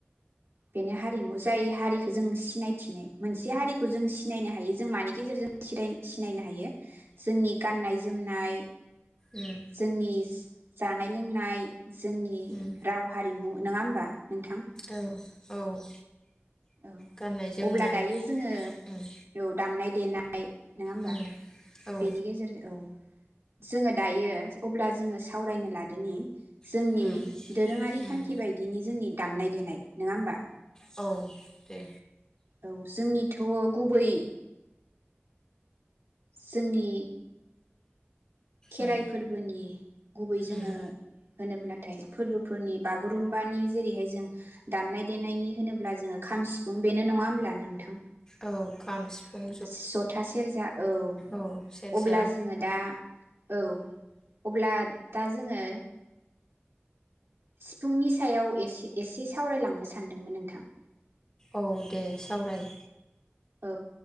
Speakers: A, on the right; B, on the left.
A: बेनो हारिमु जाय हारिखौ जों सिनायथिनाय मोनसे हारिखौ जों सिनायनो हायो जों मानि गेजेरजों सिनायनो हायो जोंनि गाननाय जोमनाय।
B: उम
A: जोंनि। जानाय लोंनाय। जोंनि
B: उम
A: राव हारिमु। नङा होमबा? नोंथां
B: औ। औ।
A: औ
B: गाननाय जोमनाय
A: अब्ला दायो जोङो
B: उम
A: औ दामनाय। देनाय नङा होमबा
B: उम औ
A: बेनि गेजेरजों औ। जोङो दायो अब्ला जोङो सावरायनो लादोनि। जोंनि
B: उम
A: दोरोङारि खान्थि
B: उम
A: बायदिनि जोंनि। दामनाय देनाय नङा होमबा।
B: औ। दे
A: औ जोंनि। थ' गुबै जोंनि। खेराइ
B: उम
A: फोरबोनि गुबै जोङो।
B: उम
A: होनोब्लाथाय फोरबोफोरनि बागुरुम्बानि जेरैहाय जों दामनाय देनायनि होनोब्ला जोङो खाम सि <unintelligible> बेनो नङा होमब्ला नोंथां?
B: औ खाम सिफुं
A: जथा सेरजा औ
B: औ सेरजा
A: अब्ला जोङो दा औ अब्ला। दा जोङो सिफुंनि सायाव एसे एसे सावरायलांनो सानदोंमोन नोंथां।
B: औ दे सावराय
A: औ